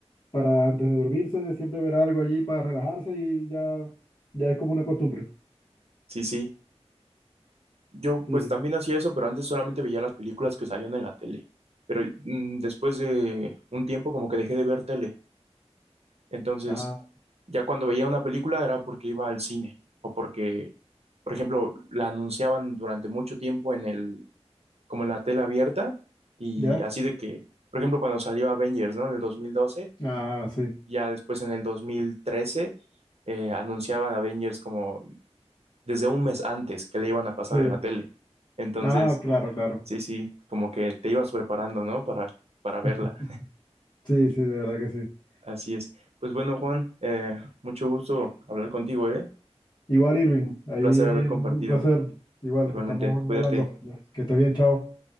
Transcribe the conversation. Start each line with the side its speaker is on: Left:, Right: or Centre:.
Left: para antes de dormirse, siempre ver algo allí para relajarse y ya, ya es como una costumbre.
Right: Sí, sí. Yo
Left: Sí.
Right: pues también hacía eso, pero antes solamente veía las películas que salían en la tele. Pero mm, después de un tiempo como que dejé de ver tele. Entonces,
Left: Ah,
Right: ya cuando veía una película era porque iba al cine o porque, por ejemplo, la anunciaban durante mucho tiempo en el, como en la tela abierta y
Left: ¿ya?
Right: así de que, por ejemplo, cuando salió Avengers, ¿no? En el dos mil doce
Left: Ah, sí.
Right: ya después en el 2013 eh, anunciaban Avengers como desde un mes antes que le iban a pasar
Left: Sí.
Right: en la tele. Entonces,
Left: Ah, claro, claro.
Right: sí, sí, como que te ibas preparando, ¿no? Para, para verla.
Left: <laughs> Sí, sí, de verdad que sí.
Right: Así es. Pues bueno, Juan, eh, mucho gusto hablar contigo, ¿eh?
Left: Igual, Irving,
Right: Un
Left: ahí
Right: un placer haber compartido.
Left: mm, un placer. Igual,
Right: Igualmente,
Left: estamos
Right: cuídate.
Left: hablando. Ya, Que estés bien, chao.